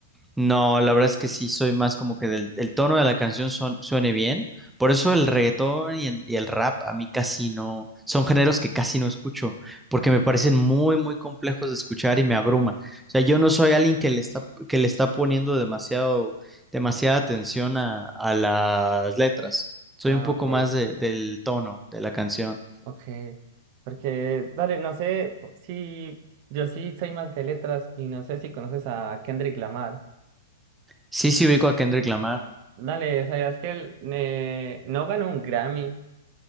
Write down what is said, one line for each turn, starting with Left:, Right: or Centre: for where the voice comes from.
Centre: No, la verdad es que sí, soy más como que del el tono de la canción son- suene bien. Por eso el reggaetón y el, y el rap a mí casi no, son géneros que casi no escucho, porque me parecen muy, muy complejos de escuchar y me abruma. O sea, yo no soy alguien que le está, que le está poniendo demasiado, demasiada atención a, a las letras. Soy
Right: Ah,
Centre: un poco
Right: ok,
Centre: más de- del tono de la canción.
Right: ok. Porque, dale, no sé si yo sí soy más de letras y no sé si conoces a Kendrick Lamar.
Centre: Sí, sí ubico a Kendrick Lamar.
Right: Dale, o sea, es que él eh, no ganó un Grammy,